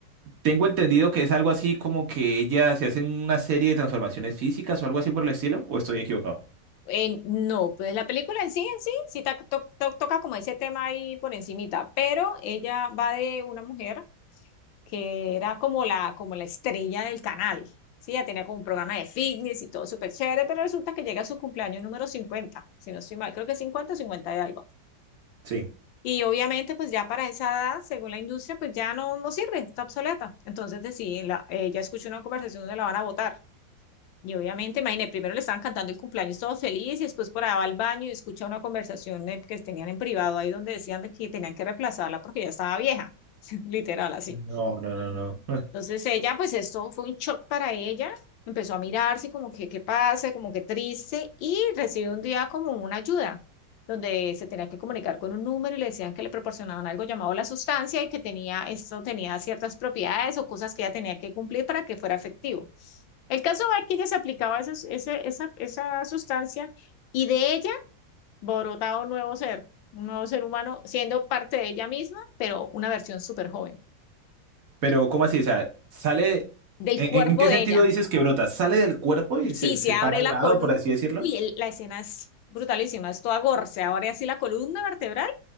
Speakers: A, on the right; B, on the left.
A: Tengo entendido que es algo así como que ella se hace una serie de transformaciones físicas o algo así por el estilo, ¿o estoy equivocado?
B: Eh, no, pues la película en sí, en sí, sí ta- to- to- toca como ese tema ahí por encimita, pero ella va de una mujer que era como la, como la estrella del canal, sí, ella tenía como un programa de fitness y todo súper chévere, pero resulta que llega a su cumpleaños número 50, si no estoy mal, creo que 50 o 50 de algo.
A: Sí.
B: Y obviamente, pues ya para esa edad, según la industria, pues ya no, no sirve, está obsoleta. Entonces deciden, la, ella escuchó una conversación donde la van a votar. Y obviamente, imagínate, primero le estaban cantando el cumpleaños todos felices y después por allá va al baño y escucha una conversación eh, que tenían en privado ahí donde decían de que tenían que reemplazarla porque ya estaba vieja, <laughs> literal así.
A: No, no, no, no. Eh,
B: Entonces ella, pues esto fue un shock para ella, empezó a mirarse como que qué pasa, como que triste, y recibió un día como una ayuda, donde se tenía que comunicar con un número y le decían que le proporcionaban algo llamado la sustancia y que tenía, esto tenía ciertas propiedades o cosas que ella tenía que cumplir para que fuera efectivo. El caso es que ella se aplicaba esas- ese- esa, esa sustancia y de ella borotaba un nuevo ser, un nuevo ser humano, siendo parte de ella misma, pero una versión súper joven
A: Pero, ¿cómo así? O sea, sale.
B: del
A: ¿En,
B: cuerpo
A: en qué
B: de
A: sentido
B: ella.
A: dices que brota? ¿Sale del cuerpo y
B: Sí,
A: se,
B: se
A: se
B: abre
A: para al
B: la
A: lado,
B: columna.
A: por así decirlo?
B: Uy, el- la escena es brutalísima, es toda gore. Se abre así la columna vertebral,